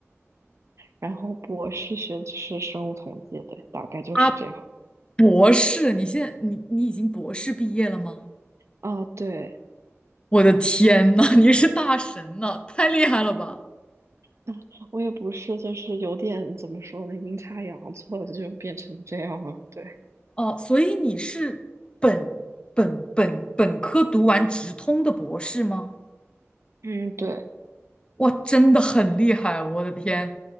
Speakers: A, on the right (about 70°); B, on the left (about 20°).
A: 然后博士学的是生物统计，对，大概就是这样
B: 啊，博士，你现在你你已经博士毕业了吗？
A: 啊，对。
B: 我的天呐，你是大神呐，太厉害了吧！
A: 啊，我也不是，就是有点怎么说呢，阴差阳错的就变成这样了。对，
B: 哦，所以你是本本本本科读完直通的博士吗？
A: 嗯，对，
B: 哇，真的很厉害啊，我的天，